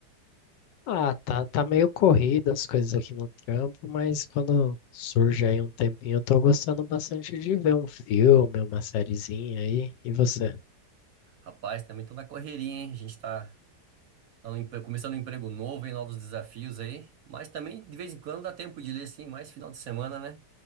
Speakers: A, on the left (about 80°); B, on the right (about 65°).
A: Ah, tá, tá meio corrida as coisas aqui no trampo, mas quando surge aí um tempinho, eu tô gostando bastante de ver um filme, uma sériezinha aí. E você?
B: Rapaz, também tô na correria, hein? A gente tá, tá no empre- começando um emprego novo, hein? Novos desafios aí. Mas também, de vez em quando, dá tempo de ler, assim, mais final de semana, né?